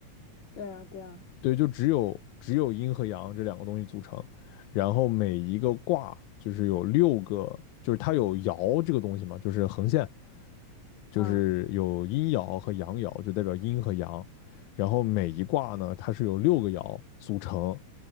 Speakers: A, on the left; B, on the left.
A: 对啊对啊
B: 对，就只有只有阴和阳这两个东西组成，然后每一个卦就是有六个，就是它有爻这个东西嘛，就是横线，就是有阴爻和阳爻，
A: 啊！
B: 就代表阴和阳，然后每一卦呢，它是由六个爻组成，